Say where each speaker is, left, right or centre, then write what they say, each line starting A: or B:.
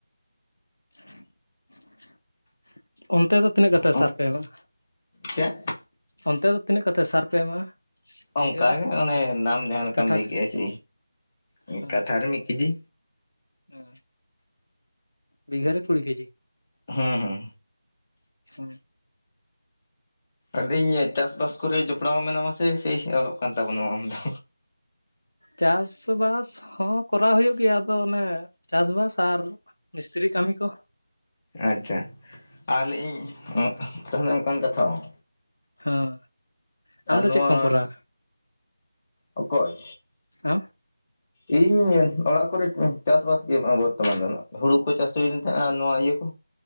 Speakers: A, on the left; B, on the left.
A: <inaudible> ᱚᱱᱛᱮ ᱫᱚ ᱛᱤᱱᱟᱹᱜ ᱠᱟᱛᱮ
B: ᱚ
A: ᱥᱟᱨ ᱯᱮ ᱮᱢᱟᱜᱼᱟ,
B: ᱪᱮᱫ
A: ᱚᱱᱛᱮ ᱫᱚ ᱛᱤᱱᱟᱹᱜ ᱠᱟᱛᱮ ᱥᱟᱨ ᱯᱮ ᱮᱢᱟᱜᱼᱟ᱾ ᱵᱤᱜᱷᱟᱹ
B: ᱚᱱᱠᱟ
A: ᱨᱮ
B: ᱜᱮ ᱚᱱᱮ ᱱᱟᱢ ᱡᱟᱦᱟᱸ ᱞᱮᱠᱟᱢ
A: ᱠᱟᱴᱷᱟ
B: ᱞᱟᱹᱭ
A: ᱨᱮ?
B: ᱠᱮᱫᱼᱟ ᱥᱮ, ᱢᱤᱫ
A: ᱦᱚᱸ
B: ᱠᱟᱴᱷᱟᱨ ᱨᱮ ᱢᱤᱫ ᱠᱮᱡᱤ᱾
A: ᱦᱮᱸ ᱵᱤᱜᱽ ᱨᱮ ᱠᱩᱲᱤ ᱠᱮᱡᱤ᱾
B: ᱦᱩᱸ ᱦᱩᱸ
A: ᱦᱮᱸ <unintelligible>
B: ᱟᱞᱤᱧ ᱜᱮ ᱪᱟᱥᱵᱟᱥ ᱠᱚᱨᱮ ᱡᱚᱯᱲᱟᱣ ᱢᱮᱱᱟᱢᱟᱥᱮ ᱥᱮ ᱚᱞᱚᱜ ᱠᱟᱱ ᱛᱟᱵᱚᱱᱟ ᱟᱢᱫᱚ᱾
A: ᱪᱟᱥᱵᱟᱥ ᱦᱚᱸ ᱠᱚᱨᱟᱣ ᱦᱩᱭᱩᱜ ᱜᱮᱭᱟ ᱟᱫᱚ ᱚᱱᱮ ᱪᱟᱥᱵᱟᱥ ᱟᱨ ᱢᱤᱥᱛᱨᱤ ᱠᱟᱹᱢᱤ ᱠᱚ
B: ᱟᱪᱪᱷᱟ ᱟᱨ ᱞᱟᱹᱭ ᱤᱧ ᱚᱱᱮ ᱚᱱᱠᱟᱱ ᱠᱟᱛᱷᱟ ᱵᱟᱝ
A: ᱦᱮᱸ ᱟᱢ
B: ᱟᱨ
A: ᱫᱚ
B: ᱱᱚᱣᱟ
A: ᱪᱮᱫ ᱠᱚᱢ ᱠᱚᱨᱟᱣᱟ?
B: ᱚᱠᱚᱭ?
A: ᱟᱢ
B: ᱤᱧ ᱚᱲᱟᱜ ᱠᱚᱨᱮ ᱪᱟᱥᱵᱟᱥ ᱜᱮ ᱵᱚᱨᱛᱚᱢᱟᱱ ᱫᱚ ᱱᱚᱜᱼᱚᱭ, ᱦᱩᱲᱩ ᱠᱚ ᱪᱟᱥ ᱦᱩᱭ ᱞᱮᱱ ᱛᱟᱦᱮᱸᱱᱟ ᱱᱚᱣᱟ ᱤᱭᱟᱹ ᱠᱚᱼᱼ